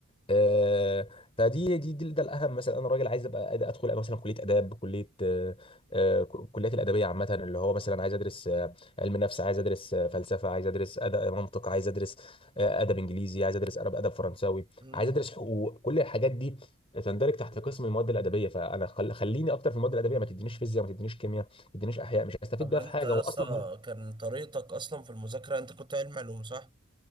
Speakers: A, on the left (about 25°); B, on the right (about 20°).
A: آه، فدي دي, دي ده الاهم مثلا انا راجل عايز ابقى أد- ادخل مثلا كليه اداب كليه آه، آه، ك- كليات الادبيه عامه اللي هو مثلا عايز ادرس آه، علم نفس عايز ادرس آه، فلسفه عايز ادرس أدب منطق عايز ادرس آه، ادب انجليزي عايز ادرس ادب ادب فرنساوي
B: مم.
A: عايز ادرس حقوق كل الحاجات دي تندرج تحت قسم المواد الادبيه فانا خل... خليني اكتر في المواد الادبيه ما تدينيش فيزياء ما تدينيش كيمياء ما تدينيش احياء مش هستفيد
B: طب
A: بيها
B: انت
A: في حاجه
B: يا
A: هو
B: اسطى
A: اصلا
B: كان طريقتك اصلا في المذاكره انت كنت علم علوم صح